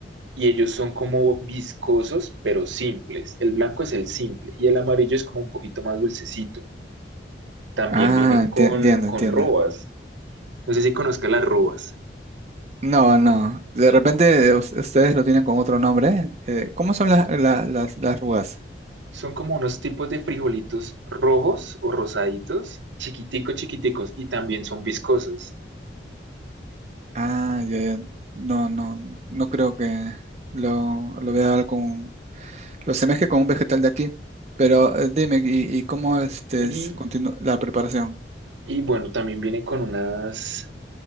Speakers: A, on the right; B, on the right.
A: y ellos son como viscosos, pero simples. El blanco es el simple y el amarillo es como un poquito más dulcecito. También
B: Ah,
A: viene
B: enti-
A: con,
B: entiendo,
A: con
B: entiendo.
A: robas. No sé si conozca las robas.
B: No, no. De repente us- ustedes lo tienen con otro nombre. Eh, ¿cómo son las, la- las, las rugas?
A: Son como unos tipos de frijolitos rojos o rosaditos, chiquiticos, chiquiticos, y también son viscosos.
B: Ah, ya, ya. No, no, no creo que lo, lo vea con, lo semeje con un vegetal de aquí. Pero eh, dime, ¿y, y cómo este es
A: Y,
B: continu- la preparación?
A: y bueno, también viene con unas,